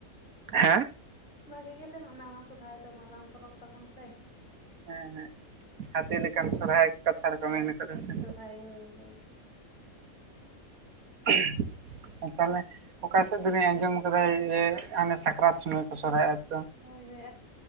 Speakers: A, on the right; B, on the left.
A: ᱦᱮᱸ
B: ᱵᱷᱟᱹᱜᱤ ᱜᱮᱞᱮ ᱢᱟᱱᱟᱣᱟ, ᱥᱚᱦᱚᱨᱟᱭ ᱫᱚ ᱢᱟᱨᱟᱝ ᱯᱚᱨᱚᱵᱽ ᱛᱟᱵᱚᱱ ᱥᱮ᱾
A: ᱦᱮᱸ ᱦᱮᱸ
B: ᱦᱩᱸ
A: ᱦᱟᱹᱛᱤ ᱞᱮᱠᱟᱱ ᱥᱚᱨᱦᱟᱭ ᱠᱟᱛᱷᱟ ᱨᱮᱠᱚ ᱢᱮᱱ ᱠᱟᱫᱟ ᱥᱮ᱾
B: ᱦᱟᱭ ᱦᱳᱭ ᱦᱳᱭ ᱾
A: <unintelligible> ᱛᱟᱞᱮ ᱾ ᱚᱠᱟ ᱥᱮᱫ ᱫᱚᱞᱤᱧ ᱟᱸᱡᱚᱢ ᱟᱠᱟᱫᱟ ᱤᱭᱮ ᱟᱱᱮ ᱥᱟᱠᱨᱟᱛ ᱥᱚᱢᱚᱭ ᱠᱚ ᱥᱚᱨᱦᱟᱭᱚᱜᱼᱟ ᱾
B: ᱦᱳᱭ ᱦᱳᱭ